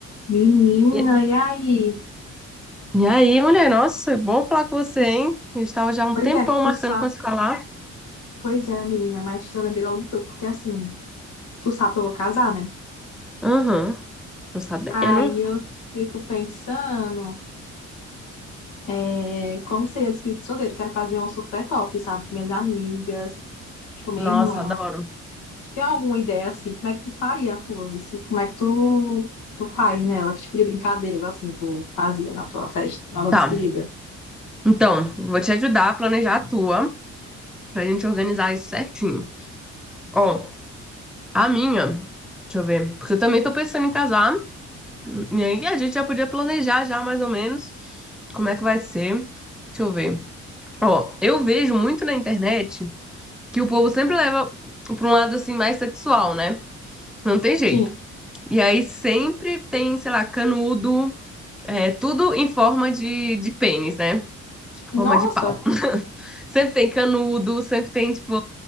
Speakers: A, on the left (about 75°); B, in the centre.
A: Menina,
B: E
A: e aí?
B: e aí, mulher, nossa, bom falar com você,
A: Tu s-
B: hein? A gente tava já há um
A: Pois
B: tempão
A: é, tu
B: marcando
A: sabe.
B: pra se falar.
A: Pois é, menina, mas eu lembrei logo tu, porque assim, tu sabe que eu vou casar, né?
B: Aham, tô sabendo.
A: Aí eu fico pensando, é, como seria esse espírito solteiro? Quero fazer um super top, sabe? Com minhas amigas, tipo, minha
B: Nossa,
A: irmã.
B: adoro.
A: Tu Tem alguma ideia, assim, como é que tu faria a tua, assim? Como é que tu, tu faz nela? Que tipo de brincadeiras, assim, tu fazia na tua festa, na tua
B: Tá,
A: despedida?
B: então, vou te ajudar a planejar a tua, pra gente organizar isso certinho. Ó, a minha, deixa eu ver, porque eu também tô pensando em casar, e aí a gente já podia planejar já mais ou menos como é que vai ser. Deixa eu ver. Ó, eu vejo muito na internet que o povo sempre leva pra um lado assim mais sexual, né? Não tem jeito.
A: Sim.
B: E aí sempre tem, sei lá, canudo, é, tudo em forma de, de pênis, né?
A: Nossa!
B: Forma de pau. <laughs> Sempre tem canudo, sempre tem, tipo,